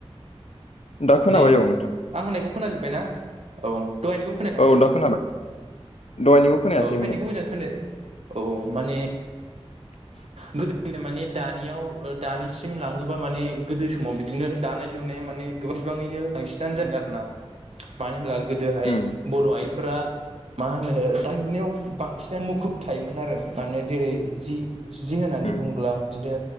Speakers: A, on the left (about 80°); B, on the right (about 75°).
A: दा खोनाबाय
B: मे आं
A: औ नोंथां
B: होननायखौ खोनाजोब्बाय ना औ दहायनिखौ खोनानाया
A: औ दा खोनाबाय दहायनिखौ खोनायासै
B: औ दाहायनिखौ
A: ओंहो
B: मोजां खोनाय औ माने
A: <inaudible>
B: गोदो गोदाय माने दानियाव दानिसिम लाङोबा माने गोदो समाव बिदिनो दानाय लुनाया माने गोबां बिबाङैनो बांसिननो जायोमोन आरेना मानो होनोब्ला गोदोहाष
A: उम
B: बर' आइजोफोरा मा होनो दा लुनायाव बांसिनानो मुखुब थायोमोन आरो माने जेरै जि होननानै
A: उम
B: बुङोब्ला बिदिनो